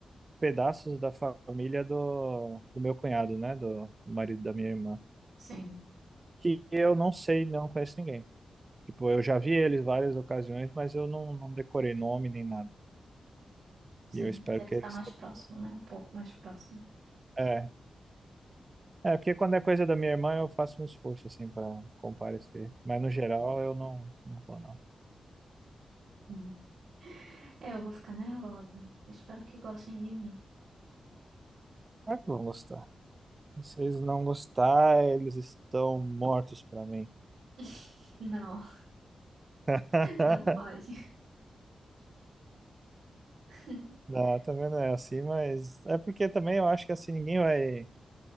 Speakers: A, on the right; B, on the right.
A: pedaços da família do, do meu cunhado, né? Do, do marido da minha irmã.
B: Sim.
A: que eu não sei, não conheço ninguém. Tipo, eu já vi eles várias ocasiões, mas eu não, não decorei nome nem nada.
B: Sim.
A: E eu espero
B: Mas é
A: que
B: que
A: eles
B: tá mais
A: também
B: próximo,
A: não.
B: né? Um pouco mais próximo.
A: É, é porque quando é coisa da minha irmã, eu faço um esforço, assim, para comparecer. Mas no geral, eu não, não vou, não.
B: Uhum. É, Eu vou ficar nervosa. Espero que gostem de mim.
A: Claro que vão gostar. Se eles não gostar, eles estão mortos para mim.
B: <laughs> Não,
A: <laughs>
B: não pode. <laughs>
A: Não, também não é assim, mas é porque também eu acho que assim ninguém vai.